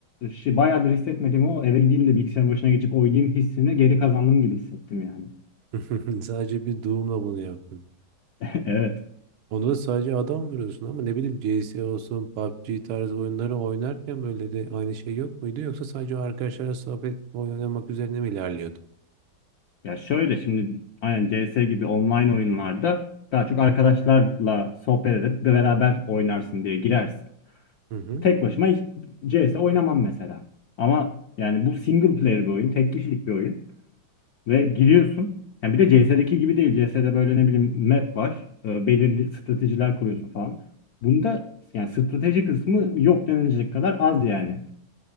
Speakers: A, on the left (about 75°); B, on the right (about 80°).
A: şey, bayağıdır hissetmediğim o eve gideyim de bilgisayarın başına geçip oynayayım hissini geri kazandım gibi hissettim yani.
B: <laughs> Sadece bir Doom'la bunu yaptın.
A: <laughs> Evet.
B: Onu da sadece adam vuruyorsun ama ne bileyim CS olsun, PUBG tarzı oyunları oynarken böyle de aynı şey yok muydu? Yoksa sadece arkadaşlarla sohbet oyun oynamak üzerine mi ilerliyordu?
A: Ya şöyle şimdi aynen CS gibi online oyunlarda daha çok arkadaşlarla sohbet edip de beraber oynarsın diye girersin.
B: Hı hı.
A: Tek başıma hiç CS oynamam mesela. Ama yani bu single player bir oyun, tek kişilik bir oyun. Ve giriyorsun. Yani bir de C CS'deki gibi değil. C CS'de böyle ne bileyim map var. E, belirli stratejiler kuruyorsun falan. Bunda yani strateji kısmı yok denilecek kadar az yani.